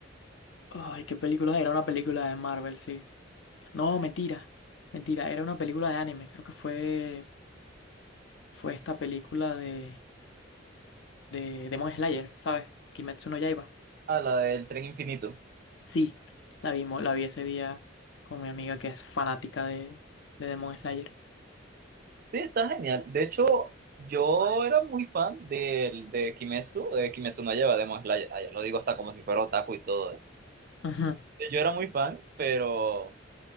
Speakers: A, on the left (about 70°); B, on the right (about 50°).
A: Ay, ¿qué película? Era una película de Marvel, sí. No, mentira, mentira, era una película de anime. Creo que fue, fue esta película de, de Demon Slayer, ¿sabes? Kimetsu no Yaiba.
B: <laughs> a la del Tren Infinito.
A: Sí, la vimos, la vi ese día con mi amiga que es fanática de, de Demon Slayer.
B: Sí, está genial. De hecho, yo era muy fan del de Kimetsu, de Kimetsu no lleva Demon Slayer. Ah, ya lo digo hasta como si fuera otaku y todo. eh.
A: Ujú,
B: Yo era muy fan, pero,